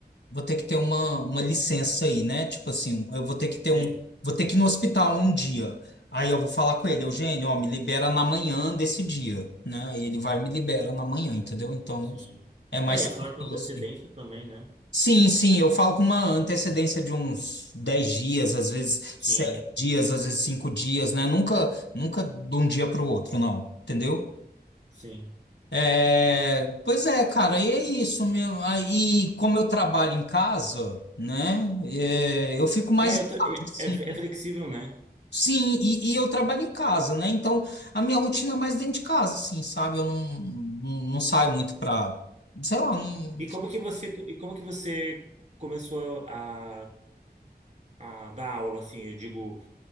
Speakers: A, on the left; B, on the right.
A: vou ter que ter uma, uma licença aí, né? Tipo assim, eu vou ter que ter
B: sim,
A: um, vou ter que ir no hospital um dia. Aí eu vou falar com ele, Eugênio, ó, me libera na manhã desse dia, né? E ele vai e me libera na manhã, entendeu? Então,
B: sim.
A: é mais
B: É,
A: tranquilo
B: e falar com antecedência
A: assim.
B: também, né?
A: Sim, sim, eu falo com uma antecedência de uns 10 dias, às vezes
B: Sim,
A: 7 dias, às vezes 5 dias, né? Nunca, nunca de um dia para o outro, não, entendeu?
B: sim.
A: É, pois é, cara, e é isso mesmo. Aí, como eu trabalho em casa, né? é, eu fico mais
B: É, eu
A: em
B: tô-
A: casa,
B: é,
A: assim.
B: é- é flexível, né?
A: Sim, e, e eu trabalho em casa, né? Então, a minha rotina é mais dentro de casa, assim, sabe? Eu não, não, não saio muito pra, sei lá, não.
B: E como que você e como que você começou a, a dar aula assim, eu digo,